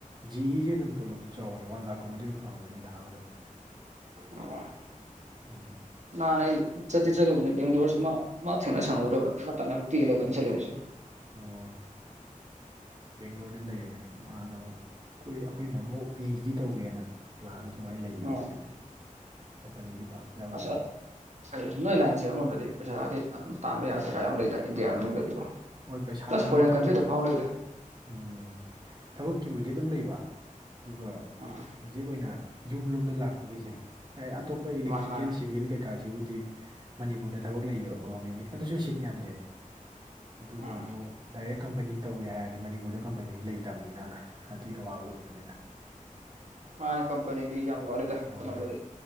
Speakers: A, on the right (about 30°); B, on the right (about 55°).
A: ꯖꯤꯁꯦ ꯑꯗꯨꯝ ꯇꯣꯂꯣꯞꯇꯤ ꯆꯥꯎꯒꯅꯤ ꯋꯥꯟ ꯂꯥꯛꯀꯨꯝꯕꯗꯤ ꯑꯗꯨꯝ ꯐꯪꯒꯅꯤ ꯊꯥ ꯑꯝꯗ
B: ꯑꯣ
A: <inaudible>
B: ꯅꯍꯥꯟ ꯑꯩ ꯆꯠꯇꯤ ꯆꯠꯂꯨꯕꯅꯦ ꯕꯦꯡꯒ꯭ꯂꯣꯔꯁꯤꯦ ꯃꯥ ꯊꯦꯡꯅ ꯁꯪꯍꯧꯔꯕ ꯃꯇꯝ ꯌꯥꯝ ꯇꯦꯜꯂꯕꯅ
A: ꯎꯝ
B: ꯆꯠꯂꯤꯗꯁꯨ
A: ꯑꯣ ꯕꯦꯡꯒꯂꯣꯔꯗ ꯂꯩꯔꯦ ꯃꯥꯅ ꯑꯃꯨꯛ ꯑꯩꯈꯣꯏ ꯑꯩꯈꯣꯏꯅ ꯑꯃꯨꯛ ꯄꯤ ꯑ‌ꯦꯖ ꯗꯤ ꯇꯧꯒꯦꯅ ꯄ꯭ꯂꯥꯟꯗꯨ ꯑꯗꯨꯃꯥꯏꯅ ꯂꯩꯈꯤꯕ
B: ꯑꯣ
A: ꯑꯗꯨꯏ ꯀꯝꯄꯅꯤꯗꯤ ꯄꯥꯛ ꯌꯥꯎꯗ꯭ꯔꯦ
B: ꯑꯁꯥ ꯑꯩ ꯅꯣꯏ ꯂꯥꯏꯟꯁꯦ ꯑꯃꯃꯝꯗꯗꯤ ꯄꯩꯁꯥꯗꯤ ꯑꯗꯨꯝ ꯇꯥꯟꯕ ꯌꯥꯁ ꯀ ꯌꯥꯝ ꯂꯩ ꯏꯟꯗꯤꯌꯥ ꯃꯅꯨꯡꯗꯗꯤꯀꯣ
A: ꯍꯣꯏ ꯍꯣꯏ ꯄꯩꯁꯥꯒꯤꯕꯨ
B: ꯄ꯭ꯂꯁ ꯐꯣꯔꯦꯟ
A: ꯊꯕꯛ
B: ꯀꯟꯇ꯭ꯔꯤꯗ ꯐꯥꯎ ꯂꯩꯗ
A: ꯎꯝ ꯊꯕꯛꯀꯤꯕꯨꯗꯤ ꯑꯗꯨꯝ ꯂꯩꯕ ꯑꯗꯨꯒ
B: ꯑꯥ
A: ꯑꯦꯛꯖꯦꯛ ꯑꯣꯏꯅ ꯌꯨꯝ ꯂꯣꯝꯗ ꯂꯥꯛꯄꯒꯤꯁꯦ ꯍꯥꯏ ꯑꯇꯣꯞꯄ ꯏꯂꯦꯛꯇ꯭ꯔꯤꯀꯦꯜ
B: ꯃꯥꯅꯤ ꯃꯥꯅꯤ
A: ꯁꯤꯚꯤꯜ ꯀꯩ ꯀꯥꯁꯤꯕꯨꯗꯤ ꯃꯅꯤꯄꯨꯔꯗ ꯊꯕꯛ ꯂꯩꯌꯦꯕ ꯒꯣꯃꯦꯟꯒꯤ ꯑꯗꯨꯁꯨ ꯁꯤꯠ ꯌꯥꯝꯗꯦ ꯑꯗꯨꯒ
B: ꯎꯝ
A: ꯑꯃꯨꯛ ꯗꯥꯏꯔꯦꯛ ꯀꯝꯄꯅꯤ ꯇꯧꯒꯦ ꯍꯥꯏꯔꯗꯤ ꯃꯅꯤꯄꯨꯔꯗ ꯀꯝꯄꯅꯤꯗꯤ ꯂꯩꯇꯕꯅꯤꯅ ꯑꯗꯨꯏ ꯑꯋꯥꯕꯗꯨꯣ ꯈꯛꯇꯅꯤꯗ
B: ꯃꯥꯅꯤ ꯀꯝꯄꯅꯤꯗꯤ ꯌꯥꯝ ꯋꯥꯠꯂꯤꯗ
A: ꯍꯣꯏ
B: ꯀꯩꯅꯣꯗꯗꯤ